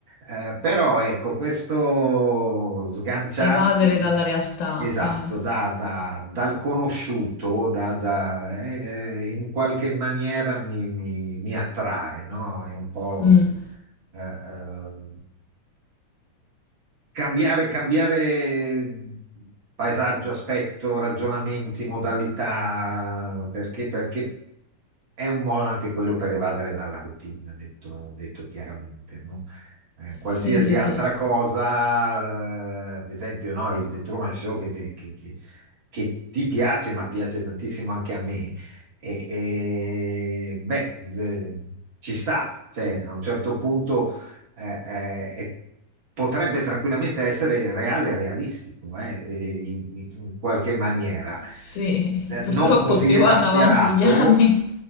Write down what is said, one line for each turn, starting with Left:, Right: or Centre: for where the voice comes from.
Right: Eh, però ecco, questo sganciarti
Left: Evadere dalla realtà.
Right: esatto,
Left: Eh.
Right: da- da- dal conosciuto da- da- eh, in qualche maniera mi, mi- mi attrae, no? È un po'
Left: Mm.
Right: eh, eh, Cambiare, cambiare paesaggio, aspetto, ragionamenti, modalità, perché, perché è un modo anche quello per evadere dalla routine, detto, detto chiaramente, no? Eh, qualsiasi
Left: Sì, sì,
Right: altra
Left: sì.
Right: cosa, eh, ad esempio, no, il The Truman Show che, te- che- che- che ti piace, ma piace tantissimo anche a me, e, e, beh, eh, ci sta, cioè, a un certo punto eh, eh, e potrebbe tranquillamente essere reale e realistico, eh, in, in- in qualche maniera.
Left: Sì,
Right: Eh,
Left: purtroppo
Right: Non così
Left: più
Right: esasperato,
Left: vanno avanti gli anni.